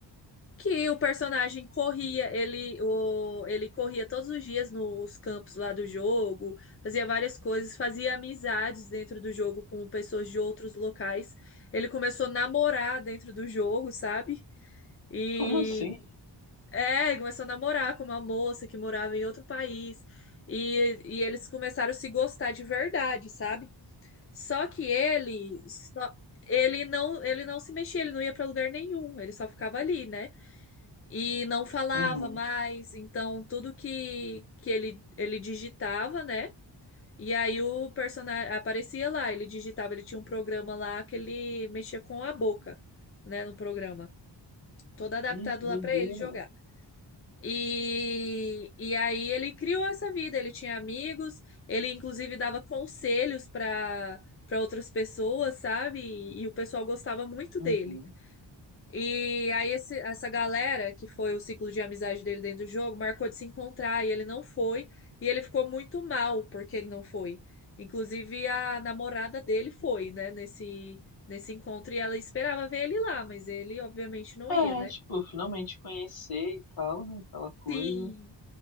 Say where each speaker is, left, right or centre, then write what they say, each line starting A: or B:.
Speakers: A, on the left (about 30°); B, on the left (about 55°).
A: que o personagem corria,
B: Sim.
A: ele, o, ele corria todos os dias nos campos lá do jogo, fazia várias coisas, fazia amizades dentro do jogo com pessoas de outros locais. Ele começou a namorar dentro do jogo, sabe? E
B: Como assim?
A: é, ele começou a namorar com uma moça que morava em outro país. E, e eles começaram a se gostar de verdade, sabe? Só que ele, só- ele não, ele não se mexia, ele não ia para lugar nenhum, ele só ficava ali, né? E não falava
B: Uhum.
A: mais, então tudo que que ele ele digitava, né? E aí o personagem aparecia lá, ele digitava, ele tinha um programa lá que ele mexia com a boca, né, no programa, todo adaptado
B: Ih, que
A: lá
B: doideira.
A: para ele jogar. E, e aí ele criou essa vida, ele tinha amigos, ele inclusive dava conselhos para para outras pessoas, sabe? E, e o pessoal gostava muito
B: Uhum.
A: dele. E aí esse- essa galera, que foi o ciclo de amizade dele dentro do jogo, marcou de se encontrar e ele não foi, e ele ficou muito mal porque ele não foi. Inclusive a namorada dele foi, né, nesse nesse encontro e ela esperava ver ele lá, mas ele obviamente não
B: É,
A: ia, né?
B: tipo, finalmente conhecer e tal, né, aquela coisa.
A: Sim,